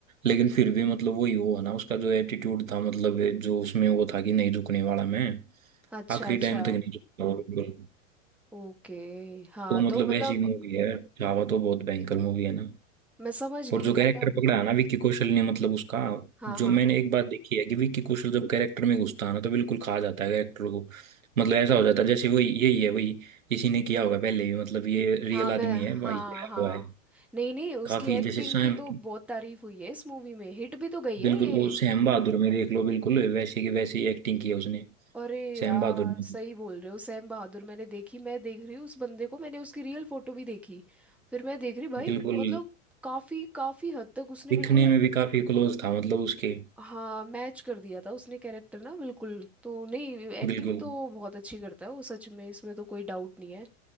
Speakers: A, on the right (about 85°); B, in the centre.
A: लेकिन फिर भी मतलब वही वो है ना उसका जो एटीट्यूड था मतलब ये जो उसमें वो था कि नहीं झुकने वाला मैं
B: अच्छा
A: आखिरी
B: अच्छा
A: टाइम तक नहीं झुकता वो बिल्कुल।
B: ओके हाँ
A: तो
B: तो
A: मतलब
B: मतलब
A: ऐसी मूवी है छावा तो बहुत भयंकर मूवी है ना।
B: मैं समझ गई
A: और जो कैरेक्टर
B: मतलब
A: पकड़ा है ना विक्की कौशल ने मतलब उसका
B: हाँ
A: जो
B: हाँ
A: मैंने एक बात देखी है कि विक्की कौशल जब कैरेक्टर में घुसता है ना तो बिल्कुल खा जाता है कैरेक्टर को मतलब ऐसा हो जाता है जैसे वही यही है वही इसी ने किया होगा पहले भी मतलब ये रियल
B: हाँ मैं
A: आदमी है
B: हाँ
A: भाई ये आया
B: हाँ
A: हुआ है
B: नहीं नहीं उसकी
A: काफी
B: एक्टिंग
A: जैसे सैम
B: की तो बहुत तारीफ हुई है इस मूवी में हिट भी तो गई
A: बिल्कुल
B: है ये
A: वो सैम बहादुर में देख लो बिल्कुल वैसे की वैसे ही एक्टिंग की है उसने
B: अरे
A: सैम
B: यार
A: बहादुर में
B: सही बोल रहे हो सैम बहादुर मैंने देखी मैं देख रही हूँ उस बंदे को मैंने उसकी रियल फोटो भी देखी फिर मैं देख रही भाई
A: बिल्कुल
B: मतलब काफी काफी हद तक उसने
A: दिखने
B: बिल्कुल
A: में भी काफी क्लोज था मतलब उसके
B: हाँ मैच कर दिया था उसने कैरेक्टर ना बिल्कुल तो नहीं एक्टिंग
A: बिल्कुल
B: तो बहुत अच्छी करता है वो सच में इसमें तो कोई डाउट नहीं है